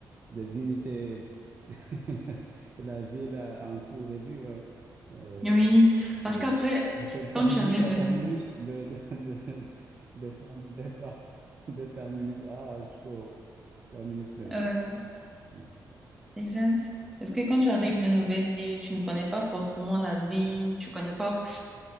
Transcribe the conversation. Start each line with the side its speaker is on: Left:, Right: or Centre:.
Right: de visiter <laughs> la ville à, à un coût réduit, ouais. Euh,
Centre: Oui, parce
Right: de-
Centre: qu'après,
Right: de- du fait de terminus
Centre: quand tu arrives
Right: à
Centre: dans
Right: terminus, de, de, de, de point de départ <laughs> de terminus A jusqu'au terminus B.
Centre: ouais,
Right: Mm,
Centre: exact. Parce que quand tu arrives dans une nouvelle ville, tu ne connais pas forcément la ville, tu connais pas <laughs>